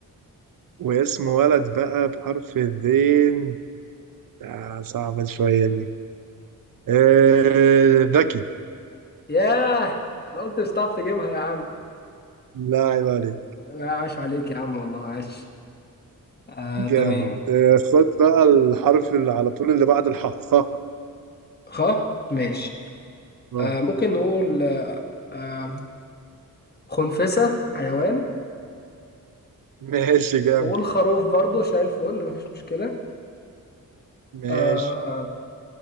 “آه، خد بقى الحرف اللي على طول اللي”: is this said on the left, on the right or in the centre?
Right